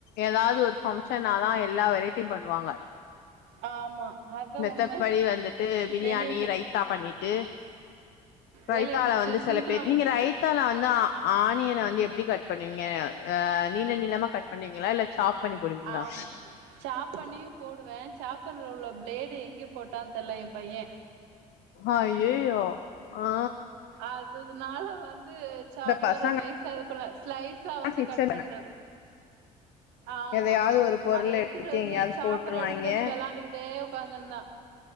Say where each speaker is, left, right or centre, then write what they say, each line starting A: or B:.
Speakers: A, on the left; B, on the right.
A: ஏதாவுது ஒரு ஃபங்ஷன்னாதா எல்லா வெரைட்டி பண்ணுவாங்க
B: ஆமா அதா
A: மெத்தப்படி
B: உண்ம
A: வந்துட்டு பிரியாணி
B: எங்க வீட்ல
A: ரைத்தா பண்ணிட்டு ரைத்தால
B: வேலைய முடிச்சு
A: வந்து செல
B: சிம்பிளா
A: பேர் நீங்க
B: முடிச்சுட்டு
A: ரைத்தால வந்து அ ஆனியன வந்து எப்பிடி கட் பண்ணுவீங்க அ நீள நீளமா கட் பண்ணுவீங்ளா இல்ல சாப் பண்ணி போடுவீங்களா
B: ஆம் சாப்பண்ணியு போடுவே சாப்பர்ல உள்ள ப்ளேடு எங்கே போட்டான் தெர்ல எம்பைய
A: அய்யய்யோ அ
B: அதுனால வந்து சாப்பரு
A: பசங்க
B: நைஸா இது பண்ண ஸ்லைஸா வந்து
A: கிச்சன்
B: கட் பண்றது ஆமா
A: எதையாவது ஒரு பொருள
B: அத எடுத்துட்டு
A: எடுத்து
B: வந்து
A: எங்கேயாவது
B: சாப்பற
A: போட்டுருவாய்ங்க
B: எடுத்துட்டு வந்து வெளாண்டுகிட்டே உக்காந்திந்தா